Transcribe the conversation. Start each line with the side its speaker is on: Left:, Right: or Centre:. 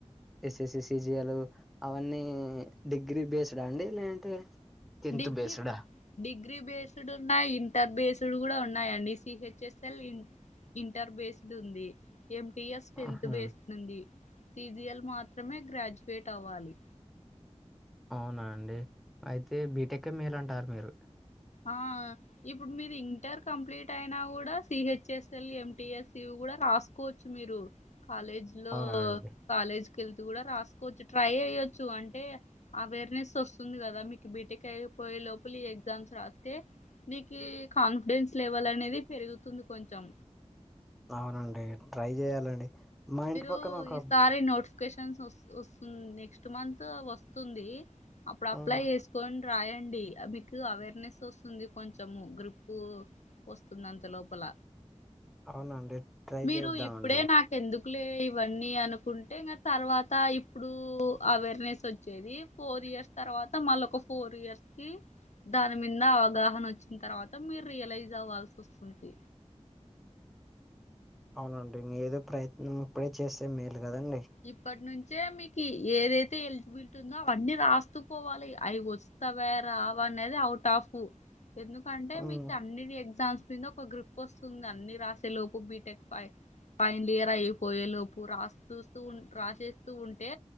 Centre: ఎస్ఎస్సి సిజియాలు అవన్నీ డిగ్రీ బేస్డా అండి లేదంటే టెన్త్
Left: డిగ్రీ
Centre: బేస్డా
Left: డిగ్రీ బేస్డ్ ఉన్నాయి ఇంటర్ బేస్డ్ కూడా ఉన్నాయండి సిహెచ్ఎస్ఎల్ ఇంటర్ బేస్డ్ ఉంది ఎంటిఎస్ టెన్త్
Centre: ఆహా
Left: బేస్డ్ ఉంది సిజిఎల్ మాత్రమే గ్రాడ్యుయేట్ అవ్వాలి
Centre: అవునా అండి అయితే బీటెక్ మేలు అంటారు మీరు
Left: ఆ ఇప్పుడు మీరు ఇంటర్ కంప్లీట్ అయినా కూడా సిహెచ్ఎస్ఎల్ ఎంటిఎస్యు కూడా రాస్ కోచ్చు మీరు కాలేజీ లో
Centre: అవునా అండి
Left: కాలేక్ కేళ్తు కూడా రాసుకోవచ్చు ట్రై అ కియొచ్చు అంటే అవేర్నెస్ వస్తుంది కదా మీకు బీటెక్ అయిపోయే లోపల ఈ ఎగ్జామ్స్ రాస్ తె నీకు ఈ కాన్ఫిడెన్స్ లెవెల్ అనేది పెరుగుతుంది కొంచెం
Centre: అవునండి ట్రై చేయాలండి మా ఇంటి
Left: మీరు
Centre: పక్కన ఒక
Left: ఈసారి నోట్స్ నోటిఫికేషన్ వ వస్ నెక్స్ట్ మంత్ అవి వస్తుంది అప్పుడు అప్లై
Centre: ఉమ్,
Left: చే కొని రాయండి మీకు అవేర్నెస్ వస్తుంది కొంచము గ్రూప్ వస్తుంది అంత లోపల
Centre: అవునండి ట్రై
Left: మీరు
Centre: చేద్దామండి
Left: ఇప్పుడే నాకు ఎందుకు లే ఇవన్నీ అనుకుంటే ఇంగా తర్వాత ఇప్ ఇప్పుడు అవేర్నెస్ వచ్చేది ఫోర్ ఇయర్స్ తర్వాత మళ్ళ ఒక ఫోర్ ఇయర్స్ కి దాని మీద అవగాహన వచ్చిన తర్వాత మీరు రియలైజ్ అవ్వాల్సి వస్తుంది,
Centre: అవునండి మీదేదో ప్రయత్నం ఇప్పుడే చేస్తే మేలు కదండి
Left: ఇప్పటి నుంచే మీకు ఏదైతే ఎజిబిలిటీ అన్నీ రాస్తుపొవాలి అవి వస్తావ రావ అనేది అవుట్ ఆఫ్ ఎందుకు, అంటే
Centre: ఉమ్,
Left: మీకు అన్ని ఎగ్జామ్స్ కింద ఒక గ్రిూప్ వస్తుంది అన్ని రాసే లోపు బీటెక్ ఫైవ్ ఫైనాలిఇయర్ అయిపోయే లోపు రాస్తూ స్తు రాసేస్తూ ఉంటే